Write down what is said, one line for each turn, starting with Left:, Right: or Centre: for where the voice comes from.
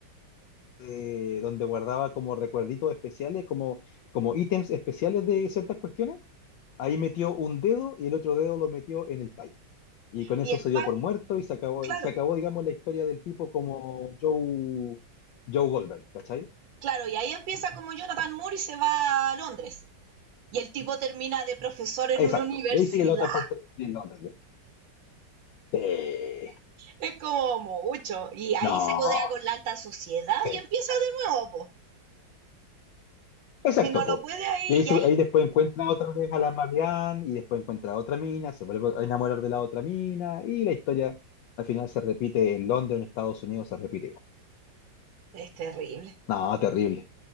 Left: eh, donde guardaba como recuerditos especiales, como, como ítems especiales de ciertas cuestiones. Ahí metió un dedo y el otro dedo lo metió en el pie. Y con eso
Right: Y el
Left: se
Right: pai,
Left: dio por muerto y se acabó,
Right: claro,
Left: se acabó, digamos, la historia del tipo como Joe, Joe Goldberg, ¿cachai?
Right: claro, y ahí empieza como Jonathan Moore y se va a Londres. Y el tipo termina de profesor en
Left: Exacto.
Right: una universidad,
Left: Y ahí sigue la otra parte de Londres. Sí.
Right: Es como mucho. Y ahí
Left: No,
Right: se codea con la alta sociedad
Left: sí.
Right: y empieza de nuevo, po.
Left: Exacto,
Right: Y no lo
Left: po.
Right: puede ahí,
Left: Y ahí,
Right: y
Left: se-
Right: ahí
Left: ahí después encuentra otra vez a la Marianne y después encuentra a otra mina, se vuelve a enamorar de la otra mina y la historia al final se repite en Londres, en Estados Unidos, se repite igual.
Right: es terrible.
Left: No, terrible,